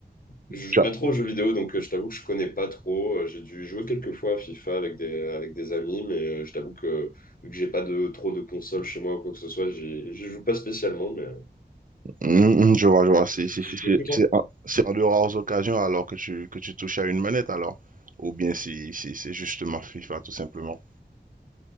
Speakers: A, on the left; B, on the right.
A: Je joue
B: Tu
A: pas
B: as-
A: trop aux jeux vidéo, donc euh, je t'avoue que je connais pas trop. Euh, J'ai dû jouer quelques fois à FIFA avec des, avec des amis, mais euh, je t'avoue que vu que j'ai pas de trop de consoles chez moi ou quoi que ce soit, j'y- j'y joue pas spécialement. Mais euh,
B: Mhm, mhm, je vois, je vois. C'est
A: tu
B: c'est-
A: tu joues
B: c'est-
A: beaucoup
B: c'est-
A: toi?
B: c'est en, c'est en de rares occasions alors que tu, que tu touches à une manette, alors. Ou bien c'est c'est- c'est justement FIFA, tout simplement.